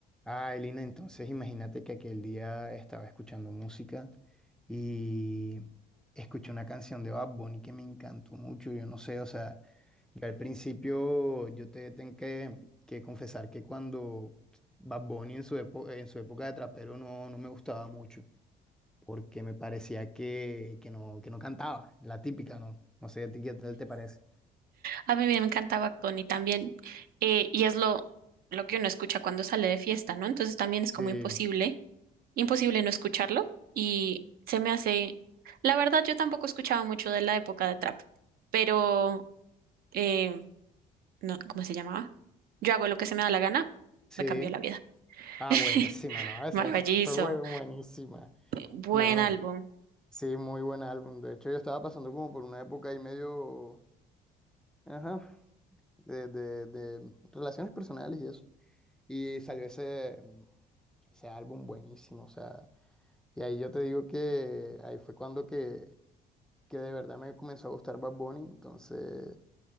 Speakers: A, in the centre; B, on the right.
A: Ah, Elina, entonces imagínate que aquel día estaba escuchando música y escuché una canción de Bad Bunny que me encantó mucho. Yo no sé, o sea, yo al principio yo te tengo que, que confesar que cuando Bad Bunny en su, epo- en su época de trapero no, no me gustaba mucho porque me parecía que, que no, que no cantaba, la típica, ¿no? No sé, ¿a ti qué tal te parece?
B: A mí me encantaba Tony también, eh, y es lo, lo que uno escucha cuando sale de fiesta, ¿no? Entonces también es
A: Sí,
B: como imposible, imposible no escucharlo, y se me hace, la verdad yo tampoco escuchaba mucho de la época de trap, pero, eh, no, ¿cómo se llamaba? Yo hago lo que se me da la gana,
A: sí.
B: me cambió la vida.
A: Ah,
B: <laughs>
A: buenísima, ¿no? Esa,
B: Maravilloso,
A: esa fue buen- buenísima.
B: buen
A: No.
B: álbum.
A: Sí, muy buen álbum. De hecho, yo estaba pasando como por una época ahí medio, ajá, de, de, de relaciones personales y eso. Y salió ese, mm, ese álbum buenísimo, o sea, y ahí yo te digo que ahí fue cuando que, que de verdad me comenzó a gustar Bad Bunny, entonces,